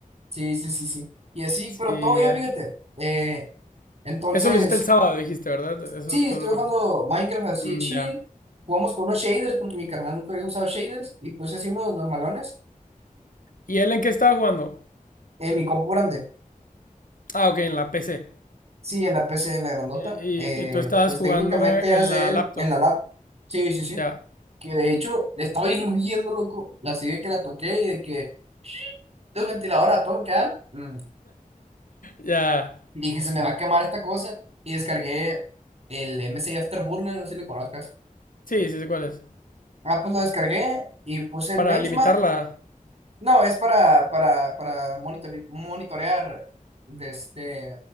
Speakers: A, on the right; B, on the left.
A: Sí, sí, sí, sí. Y así,
B: Sí,
A: pero todo bien,
B: ya.
A: fíjate. Eh, entonces,
B: Eso lo hiciste el sábado, dijiste, ¿verdad? Eso
A: sí,
B: todo
A: estoy
B: lo que...
A: jugando Minecraft así
B: Mm,
A: de chill.
B: ya.
A: Jugamos con unos shaders, porque mi carnal nunca había usado shaders, y pues así unos normalones.
B: ¿Y él en qué estaba jugando?
A: En mi compu grande.
B: Ah, ok, en la PC.
A: Sí, en la PC, en la grandota.
B: Y, y-
A: Eh,
B: y tú estabas
A: pues
B: jugando
A: técnicamente
B: en
A: hace
B: la
A: él
B: laptop.
A: en la lab. Sí, sí, sí.
B: Ya,
A: Que de hecho estaba hirviendo, <laughs> loco. Así de que la toqué y de que los ventiladores a todo lo que dan. mm,
B: ya.
A: Dije, se me va a quemar esta cosa. Y descargué el MSI Afterburner, no sé si lo conozcas.
B: Sí, sí sé cuál es.
A: Ah, pues lo descargué y puse
B: Para
A: el benchmark.
B: limitarla.
A: No, es para, para, para monitore- monitorear de este,